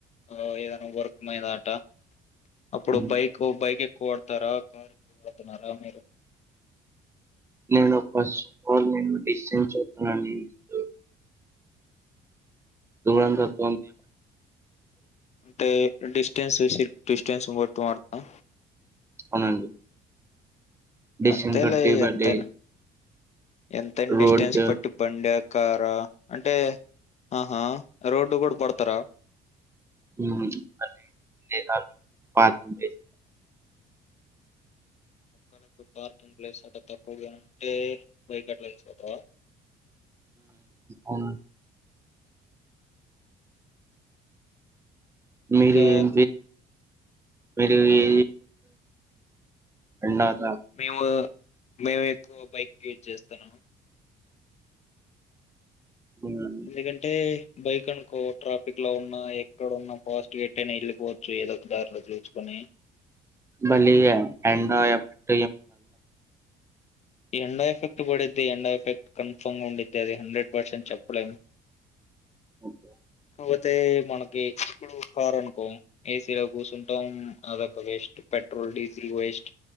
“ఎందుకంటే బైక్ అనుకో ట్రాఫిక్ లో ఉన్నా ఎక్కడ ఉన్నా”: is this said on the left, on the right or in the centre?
Left